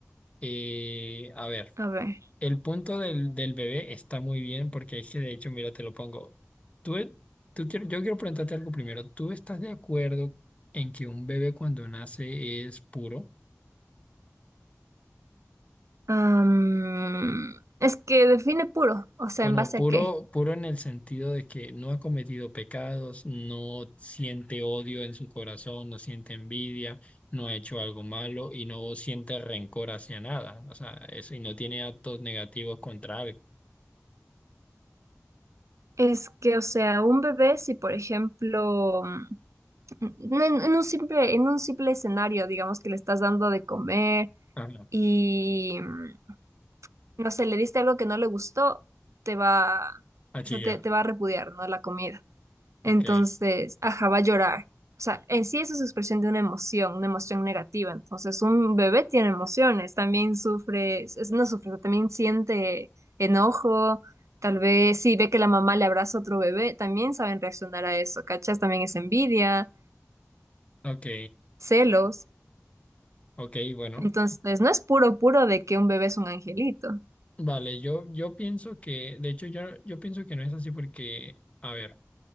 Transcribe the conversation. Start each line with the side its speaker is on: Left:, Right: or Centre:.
Left: Eh, a ver,
Right: A ver,
Left: el punto del, del bebé está muy bien porque es que, de hecho, mira, te lo pongo. Tú, e- tú quiero, yo quiero preguntarte algo primero. ¿Tú estás de acuerdo en que un bebé cuando nace es puro?
Right: am, es que define puro, o sea,
Left: Bueno,
Right: ¿en base
Left: puro,
Right: a qué?
Left: puro en el sentido de que no ha cometido pecados, no siente odio en su corazón, no siente envidia, no ha hecho algo malo y no siente rencor hacia nada. O sea, eso y no tiene actos negativos contra algo.
Right: Es que, o sea, un bebé, si por ejemplo, mm, en, en un simple, en un simple escenario, digamos que le estás dando de comer
Left: Ajá.
Right: y, mm, no sé, le diste algo que no le gustó, te va,
Left: A chillar.
Right: o sea, te, te va a repudiar, ¿no? La comida. Entonces,
Left: Ok,
Right: ajá, va a llorar. O sea, en sí eso es expresión de una emoción, una emoción negativa. Entonces, un bebé tiene emociones, también sufre, es- no sufre, también siente enojo. Tal vez si ve que la mamá le abraza a otro bebé, también saben reaccionar a eso, ¿cachas? También es envidia,
Left: ok,
Right: celos.
Left: ok, bueno.
Right: Entonces, no es puro, puro de que un bebé es un angelito.
Left: Vale, yo, yo pienso que, de hecho, yo, yo pienso que no es así porque, a ver.